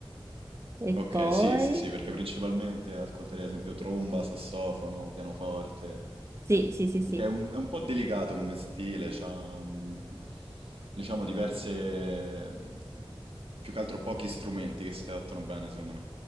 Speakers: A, on the right (about 30°); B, on the right (about 80°).
A: e
B: Ok,
A: poi...
B: sì, sì, sì, perché principalmente ascolterei ad esempio tromba, sassofono, pianoforte,
A: Sì, sì, sì, sì.
B: perché è un, è un po' delicato come stile, c'ha mm, diciamo diverse, mm, più che altro pochi strumenti che si adattano bene secondo me.